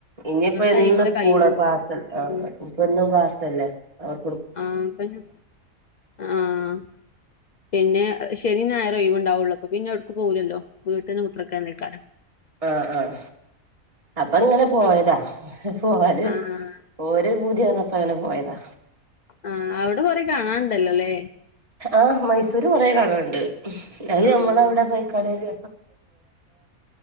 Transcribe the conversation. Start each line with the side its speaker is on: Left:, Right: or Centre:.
Right: ഇനിയിപ്പോ ഇന്ന്
Left: ടൈമിലെ
Right: സ്കൂള
Left: കഴിയുള്ളൂ
Right: ക്ലാസ്ൽ
Left: ഉം
Right: ആഹ ഒന്നും ക്ലാസ് അല്ലേ അവർ
Left: ആഹപ്പഞ്ഞ ആഹ പിന്നെ ശനി ഞായറുവ ഒഴിവ് ഉണ്ടാവുള്ളൂ അപ്പൊ പിന്നെ എവിടക്ക് പോകൂലല്ലോ വീട്ടന് മുത്രക്കേക്കാര
Right: ആഹ ആഹ അപ്പൊ ഇങ്ങനെ പോയതാ പോവാല്
Left: ആഹ്
Right: ഓരോ പൂതിയാന്നപ്പോ അങ്ങനെ പോയതാ
Left: ആഹ അവിടെ കൊറെ കാണാനുണ്ടല്ലോല്ലേ
Right: ആഹ മൈസൂര് കൊറേ കാണാനുണ്ട് അത്
Left: ആഹ്
Right: നമ്മൾ അവിടെ പോയിക്കടൽ <unintelligible>